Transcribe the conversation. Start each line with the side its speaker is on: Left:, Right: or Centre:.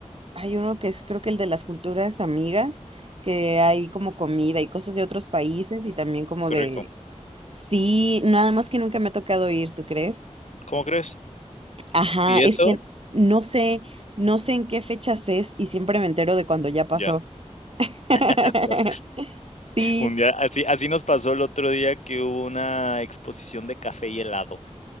Right: Hay uno que es creo que el de las culturas amigas, que hay como comida y cosas de otros países y también como
Left: qué
Right: de...
Left: rico.
Right: Sí, nada más que nunca me ha tocado ir, ¿tú crees?
Left: ¿Cómo crees?
Right: Ajá,
Left: ¿Y
Right: es
Left: eso?
Right: que no sé, no sé en qué fechas es y siempre me entero de cuando ya pasó.
Left: Ya.
Right: <laughs>
Left: <laughs> Por
Right: Sí,
Left: un día, así, así nos pasó el otro día que hubo una exposición de café y helado